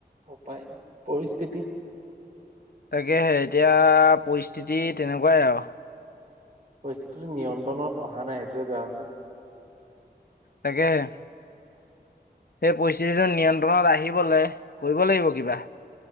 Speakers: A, on the right; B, on the left.
A: উপায় নাই পৰিস্থিতি।
B: তাকেহে এতিয়া পৰিস্থিতি তেনেকুৱাই আৰু।
A: পৰিস্থিতিটো নিয়ন্ত্ৰণত অহা নাই এইটোৱে বেয়া হৈছে।
B: তাকেহে। সেই পৰিস্থিতিটো নিয়ন্ত্ৰণত আহিবলৈ কৰিব লাগিব কিবা।